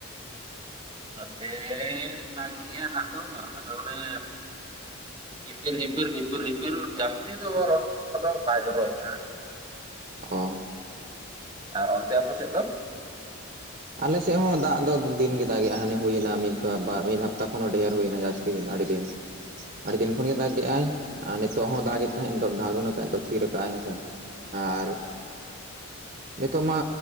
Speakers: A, on the right; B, on the right.
A: ᱱᱚᱛᱮᱱ ᱫᱟᱜ ᱜᱮᱭᱟ ᱫᱟᱜ ᱫᱚ ᱟᱫᱚ ᱚᱱᱮ ᱡᱷᱤᱯᱤᱨ-ᱡᱷᱤᱯᱤᱨ ᱡᱷᱤᱯᱤᱨ-ᱡᱷᱤᱯᱤᱨ ᱡᱟᱹᱥᱛᱤ ᱫᱚ ᱵᱚᱨᱚᱝ ᱟᱫᱚᱭ ᱵᱟᱭ ᱡᱚᱨᱚᱭᱮᱫᱼᱟ ᱦᱟᱸᱜ᱾
B: ᱚ
A: ᱟᱨ ᱚᱱᱛᱮ ᱟᱯᱮ ᱥᱮᱫ ᱫᱚ?
B: ᱟᱞᱮᱥᱮᱫ ᱦᱚᱸ ᱫᱟᱜ ᱫᱚ ᱫᱤᱱᱜᱮ ᱫᱟᱜᱼᱮᱜ ᱦᱟᱱᱮ ᱦᱩᱭ ᱮᱱᱟ ᱢᱤᱫ ᱵᱟᱨ ᱢᱤᱫ ᱦᱟᱯᱛᱟ ᱠᱷᱚᱱ ᱦᱚᱸ ᱰᱷᱮᱨ ᱦᱩᱭᱮᱱᱟ ᱡᱟᱹᱥᱛᱤ ᱦᱚᱭᱱᱟ ᱟᱹᱰᱤ ᱫᱤᱱ᱾ ᱟᱹᱰᱤ ᱫᱤᱱ ᱠᱷᱚᱱ ᱜᱮ ᱫᱟᱜᱼᱮᱜᱼᱟᱭ ᱟᱨ ᱱᱤᱛᱚᱜ ᱦᱚᱸ ᱫᱟᱜ ᱮ ᱛᱟᱦᱮᱸᱜ ᱱᱤᱛᱚᱜ ᱫᱷᱟᱨᱩᱱ ᱟᱠᱜᱼᱟᱭ ᱱᱤᱛᱚᱜ ᱛᱷᱤᱨ ᱟᱠᱟᱜᱼᱟᱭ ᱦᱮᱸ ᱥᱮ᱾ ᱟᱨ ᱱᱤᱛᱚᱜ ᱢᱟ